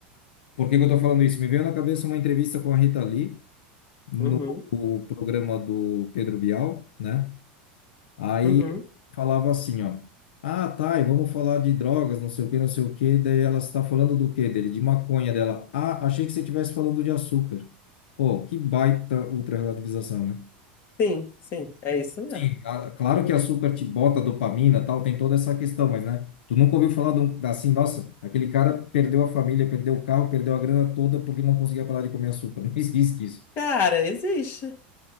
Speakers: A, on the left; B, on the left.
A: Por que que eu tô falando isso? Me veio na cabeça uma entrevista com a Rita Lee no
B: Uhum,
A: programa do Pedro Bial, né? Aí
B: uhum.
A: falava assim, ó. Ah, tá, e vamos falar de drogas, não sei o que, não sei o que. Daí ela está falando do que dele? De maconha dela. Ah, achei que você estivesse falando de açúcar. Pô, que baita ultra-relativização, né?
B: Sim, sim, é isso mesmo.
A: Sim, a- claro que açúcar te bota dopamina, tal, tem toda essa questão, mas, né? Tu nunca ouviu falar de um, assim, nossa, aquele cara perdeu a família, perdeu o carro, perdeu a grana toda porque não conseguia parar de comer açúcar. <laughs> Não existe isso.
B: Cara, existe.